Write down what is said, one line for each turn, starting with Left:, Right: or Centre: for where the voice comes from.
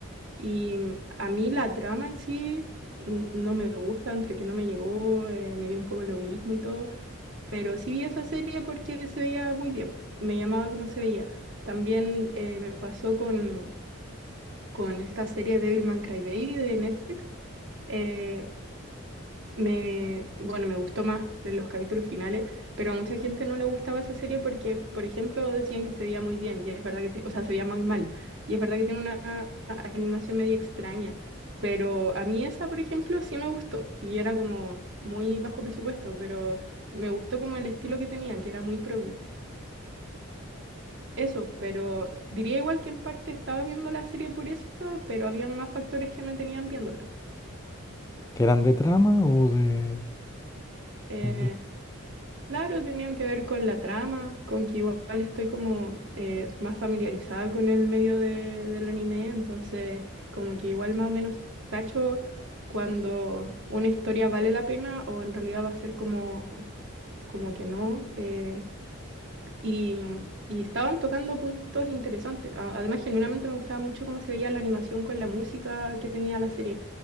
Right: y mm, a mí la trama en sí mm, no me gusta, entre que no me llegó, eh, me dio un poco lo mismo y todo, pero sí vi esa serie porque se veía muy bien, me llamaba como se veía. También eh, me pasó con con esta serie Devilman Crybaby de Netflix. Eh, me, bueno, me gustó más de los capítulos finales, pero a mucha gente no le gustaba esa serie porque, por ejemplo, decían que se veía muy bien, y es verdad que, te- o sea, se veía muy mal, y es verdad que tiene una animación medio extraña, pero a mí esa, por ejemplo, sí me gustó, y era como muy bajo presupuesto, pero me gustó como el estilo que tenía, que era muy propio. Eso, pero diría igual que en parte estaba viendo la serie por eso, pero había más factores que me tenían viéndola.
Left: ¿Que eran de trama o de...?
Right: Eh,
Left: de-
Right: claro, tenían que ver con la trama, con que igual estoy como eh, más familiarizada con el medio de- del anime, entonces es como que igual más o menos cacho cuando una historia vale la pena o en realidad va a ser como, como que no. eh, Y, y estaban tocando puntos interesantes. A- Además, genuinamente me gustaba mucho cómo se veía la animación con la música que tenía la serie.